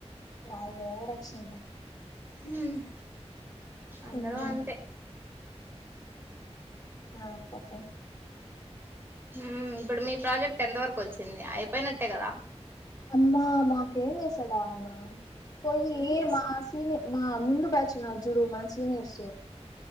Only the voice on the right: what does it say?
హ్మ్ అందరూ
అంతే
హ్మ్ ఇప్పుడు మీ ప్రాజెక్ట్ ఎంత వరకు వచ్చింది అయిపోయినట్టే కదా
ఏం చేస్